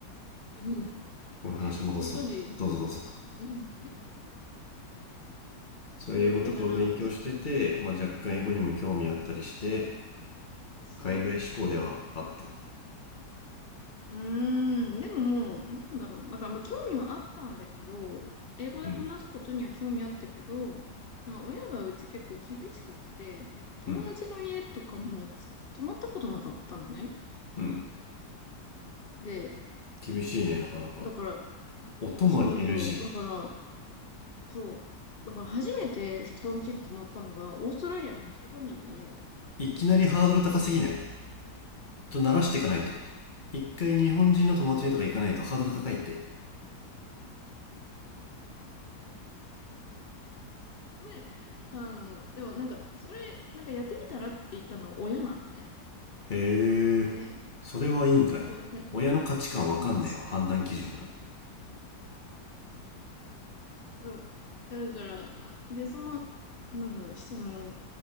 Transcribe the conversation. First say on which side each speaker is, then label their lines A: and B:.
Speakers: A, on the left; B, on the left.
A: <laughs>
B: これ話戻すわ。
A: その当時、
B: どうぞどうぞ。
A: うん。
B: そういう英語とかを勉強してて、
A: そう、だから、
B: まあ、若干英語にも興味あったりして、
A: そ
B: 海外志向ではあった。
A: う。うーん、でももう、なんだろう。だからまあ興味はあったんだけど、英語で話すことには興味あったけど、
B: うん、
A: なんか親がうち結構厳しくって、友達の家とかも泊まったことなかったのね。
B: うん、うん。
A: で、
B: 厳しいね、なかなか。
A: だから、
B: お泊まり
A: そうそうそう、
B: NG。
A: だから、そう、だから初めて人の家に泊まったのが、オーストラリアのホストファミリーの家だったわけよ。
B: いきなりハードル高すぎないちょっと慣らしていかないと。一回日本人の友達にとか行かないとハードル高いって。
A: なんかで、あの、でもなんか、それ、なんかやってみたらって言ったのは親なのね。
B: へえ、
A: ね、
B: それはいいんかい。
A: そうね。
B: 親の価値観わかんねえわ、
A: うん。<laughs>
B: 判断基準が。
A: そううんだから、で、その、なんだろう、その、